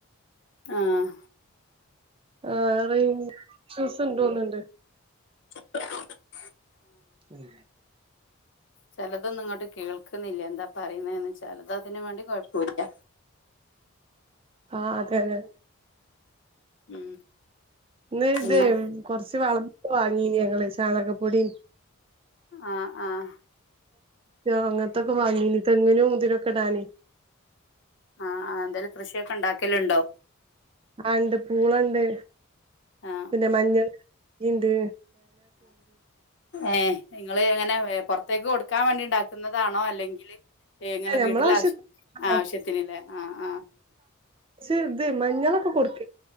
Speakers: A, on the left (about 55°); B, on the right (about 25°).
A: ആഹ
B: ആ റേഞ്ച് ഇഷ്യൂസ് ണ്ട് തോന്നുണ്ട്
A: അ <unintelligible>
B: ഉം
A: ചിലതൊന്നും ഇങ്ങോട്ട് കേൾക്കുന്നില്ല എന്താ പറയുന്നന്ന് ചിലത് അതിനന് വേണ്ടി കൊഴപ്പില്ല
B: ആഹ അതെ അതെ
A: ഉം
B: ഇ
A: പിന്നെ
B: ഇതെ കൊറച്ച് വളന്ന വാങ്ങീന് ഞങ്ങള് ചാണകപ്പൊടീ
A: ആഹ ആഹ
B: അങ്ങനത്തൊക്കെ വാങ്ങീനി തേങ്ങിനും ഇതിനൊക്കെടാനി
A: ആഹ് എന്തായാലും കൃഷിയൊക്കെ ഉണ്ടാക്കൽ ഉണ്ടോ
B: ആ ഉണ്ട് പൂളണ്ട്
A: ആ
B: പിന്നെ മഞ്ഞൾണ്ട്
A: ഏ നിങ്ങള് എങ്ങനെ പുറത്തേക്ക് കൊടുക്കാൻ വേണ്ടി ഉണ്ടാക്കുന്നതാണോ അല്ലെങ്കിൽ ഏ നിങ്ങളെ
B: ഞമ്മള
A: വീട്ടില
B: ആവശ്യത്തി
A: ആശ്യ
B: ആ
A: ആവശ്യത്തിന്ല്ലേ ആഹ ആഹ
B: സ ഇത മഞ്ഞളൊക്കെ കൊടുക്ക